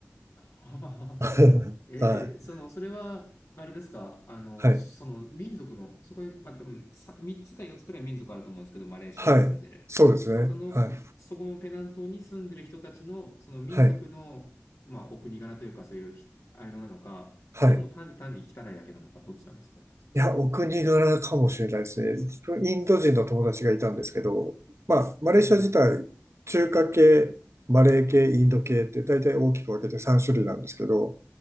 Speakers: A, on the left; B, on the right.
A: <laughs>
B: <laughs>
A: えー、
B: はい。
A: その、それは、あれですか、あの、
B: はい。
A: その民族の、そこに、まあ、多分さ3つか4つくらい民族あると思うんですけど、マレーシアに住んでる。
B: はい。そうですね。
A: その、
B: はい。
A: そこのペナン島に住んでる人たちの、その民族の、
B: はい。
A: まあ、お国柄というか、そういうあれなのか、
B: はい。
A: それとも単、単に汚いだけなのか、どっちなんですかお
B: いや、お国柄かもしれないですね。自分、インド人の友達がいたんですけど、まあ、マレーシア自体、
A: おー。
B: 中華系、マレー系、インド系って大体大きく分けて3種類なんですけど、